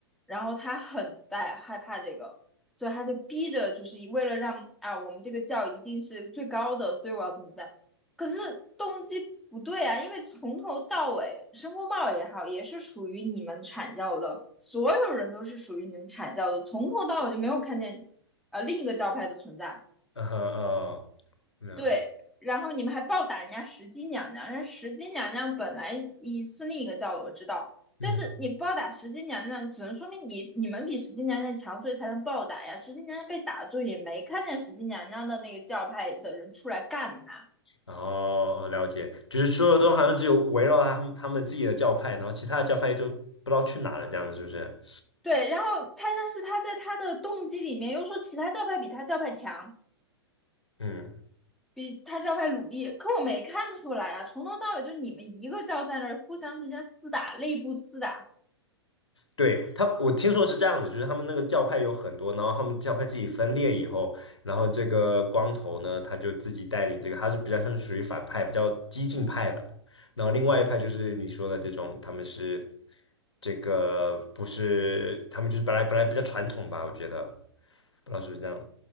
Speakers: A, in the centre; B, on the left (about 90°).
A: 然后他很在害怕这个，所以他就逼着，就是为了让啊我们这个教一定是最高的，所以我要怎么办？可是动机不对啊，因为从头到尾，申公豹也好，也是属于你们阐教的，所有人都是属于你们阐教的，从头到尾就没有看见呃另一个教派的存在。
B: 嗯嗯，哦，了，
A: 对，然后你们还暴打人家石矶娘娘，人家石矶娘娘本来一是另一个教的，我知道，
B: 嗯，
A: 但是你暴打石矶娘娘，只能说明你你们比石矶娘娘强，所以才能暴打呀。石矶娘娘被打住，也没看见石矶娘娘的那个教派的人出来干她。
B: 哦，哦了解，就是说的都好像只有围绕他们他们自己的教派，然后其他的教派就不知道去哪了，这样子是不是？
A: 对，然后他但是他在他的动机里面又说其他教派比他教派强，
B: 嗯。
A: 比他教派努力，可我没看出来啊，从头到尾就你们一个教在那儿互相之间厮打，内部厮打。
B: 对，他，我听说是这样子，就是他们那个教派有很多，然后他们教派自己分裂以后，然后这个光头呢，他就自己带领这个，他是比较像是属于反派，比较激进派的。然后另外一派就是你说的这种，他们是这个不是，他们就是本来本来比较传统吧，我觉得，不知道是不是这样